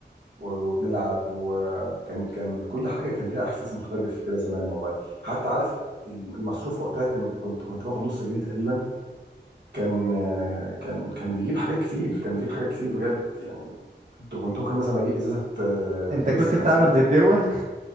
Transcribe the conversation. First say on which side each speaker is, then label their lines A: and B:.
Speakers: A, on the right; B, on the right.
A: و- وبنلعب وكان كان كل حاجه كان ليها احساس مختلف كده زمان والله حتى عارف المصروف وقتها كان كنت كنت باخد نص جنيه تقريبا كان كان كان بيجيب حاجات كتير كان بيجيب حاجات كتير بجد يعني كنت كنت ممكن مثلا اجيب ازازه آه،
B: <laughs> انت
A: بيبسي
B: كنت بتعمل
A: مثلا
B: غدوه